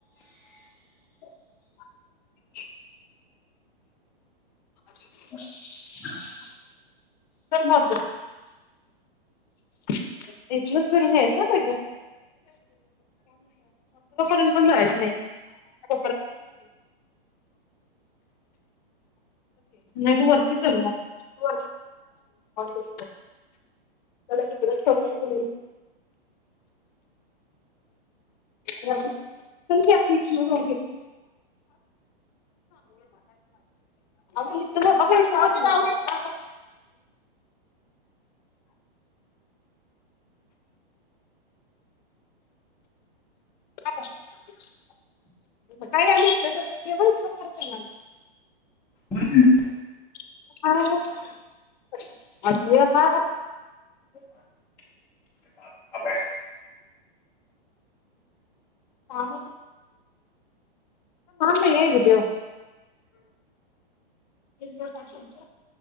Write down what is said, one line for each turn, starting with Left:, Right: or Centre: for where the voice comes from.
Left: रिकामा ऑडिओ रिकामा ऑडिओ
Centre: <unintelligible>
Left: तर मग. रिकामा ऑडिओ इथलंच फिरून यायचं <unintelligible> पण जायच नाही <unintelligible> <unintelligible> नाय तु वरती चल मंग <unintelligible> <unintelligible> <inaudible> <unintelligible> रिकामा ऑडिओ <unintelligible>
Centre: रिकामा ऑडिओ
Left: <unintelligible>
Centre: <unintelligible>
Left: माम हग देव त्यांच शासनच